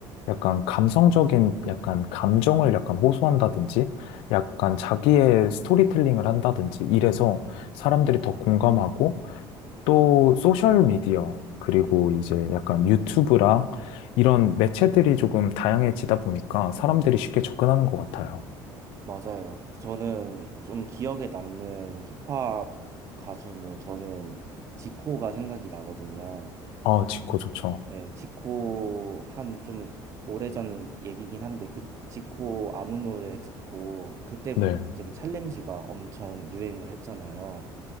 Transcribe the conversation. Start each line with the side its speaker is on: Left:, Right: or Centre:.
Left: 약간 감성적인 약간 감정을 약간 호소한다든지 약간 자기의 스토리텔링을 한다든지 이래서 사람들이 더 공감하고 또 소셜 미디어 그리고 이제 약간 유튜브랑 이런 매체들이 조금 다양해지다 보니까 사람들이 쉽게 접근하는 것 같아요.
Right: 맞아요. 그 저는 좀 기억에 남는 힙합 가수는 저는 지코가 생각이 나거든요.
Left: 아, 직코 좋죠.
Right: 네, 지코 한 좀 오래전 얘기긴 한데 그 지코 아무 노래 듣고 그때부터
Left: 네,
Right: 갑자기 챌린지가 엄청 유행을 했잖아요.